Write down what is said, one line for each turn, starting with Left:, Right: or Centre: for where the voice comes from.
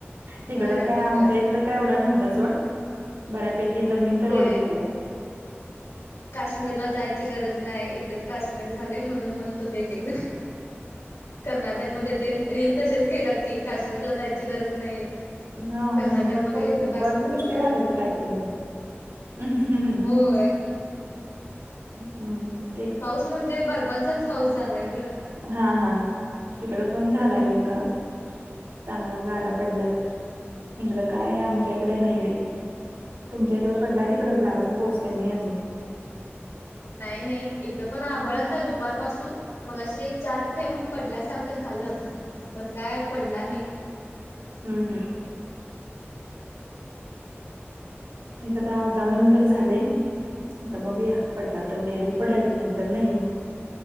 Right: हीकडं
Left: गाराचा
Right: काय आमच्या
Left: पाऊस
Right: हिकडं काय एवढा नव्हता सोड बऱ्यापैकी जमीन तर
Left: ते
Right: ओली झाल्या.
Left: काश्मीरला जायची गरज नाही इथंच काश्मीर झाले म्हणून म्हणतो. ते एकीकड कर्नाटकमध्ये तेन रील तशेच केल्यात की काश्मीरला जायची गरज नाही.
Right: हा
Left: कर्नाटकमध्ये
Right: म्हणजे भरपूर
Left: इथं काश्मीर
Right: बर्फवृष्टी
Left: बघायला
Right: व्हाल्या
Left: मिळालं
Right: काय काय तिकडं <unintelligible>
Left: होय
Right: हू हू
Left: पाऊस म्हणजे बर्फाचाचं पाऊस झालाय ग
Right: हा हा हिकड पण झालंय बघ गा चांगलं गारा पडल्यात
Left: हा
Right: इकडं काय आमच्या
Left: हा
Right: इकड नाही बाई तुमच्या इकडं पडलाय तिकड गाराचा पाऊस काय नाही अजून
Left: नाही नाही, इथं पण आभाळच आहे दुपारपासून मगाशी एक, चार थेंब पडल्यासारखं झालं, पण काय पडला नाही.
Right: हं हं
Left: तेच की,
Right: इथ काय वातावरण तर झालंय. आता बघूया पडला तर, तर मेबी
Left: आणि
Right: पडल. नाही तर नाही.